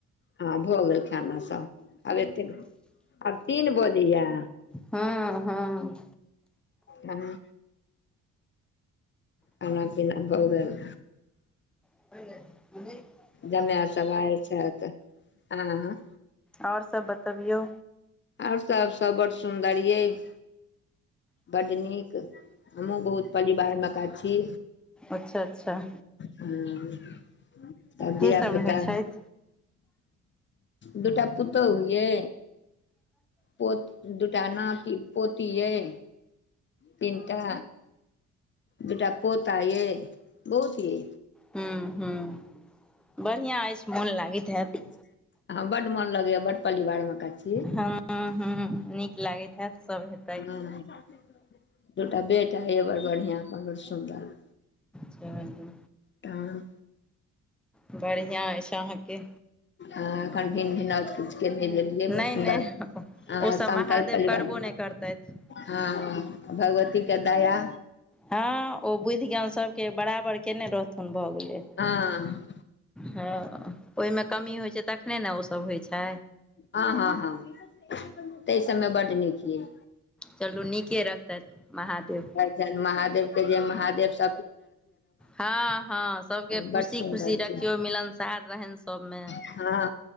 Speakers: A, on the left (about 40°); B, in the centre.
A: हँ भऽ गेल खाना सब आब एतेक आब तीन बोजे या
B: हँ हँ
A: हं खाना पीना भऽ गेल
B: <inaudible>
A: जमाए सब आयल छैथ आ आहाँ
B: ओर सब बतबियौ
A: ओर सब सब बड़ सुन्दर यइछ बड नीक हमहुँ बहुत परिवार मका छी
B: अच्छा अच्छा
A: ह तऽ दिय
B: के सब
A: पुता
B: रहै छथि
A: दूटा पुतोह ये पोत दूटा नाती पोती यइ तीनटा दूटा पोता ये बहुत ये
B: ह्म ह्म बढ़िआँ ऐछ मोन लागैत हैत
A: <inaudible> ह बड मन लगैया बड पलिवार मका छी
B: ह हूँ नीक लागैत हैत सभ हेतै
A: ह दूटा बेटा यऽ बड़ बढ़िआँ अपन बड़ सुन्दर
B: चलू
A: तऽ
B: बढ़िआँ ऐछ अहाँके
A: आ एखन भिन भिनाउज किछ केने भेल ये
B: नहि
A: बड सुदाय
B: नहि
A: आ
B: ओसभ
A: समटल
B: महादेव
A: पलिवार
B: करबो नहि करतथि
A: हँ भगवती के दाया
B: हँ ओ बुद्ध ज्ञान सबके बराबर केने रहथुन भऽ गेलै
A: हँ
B: हँ ओयमे कमी होइ छै तखने ने ओ सभ होइ छै
A: हँ हँ हँ तेइ सबमे बड नीक यइ
B: चलू नीके रखतैथ महादेव
A: महादेव के जे महादेव स
B: हँ हँ सबके
A: बड
B: खुशी
A: सुन्दर
B: खुशी रखियौ
A: छै
B: मिलनसार रहेन तबमे
A: हँ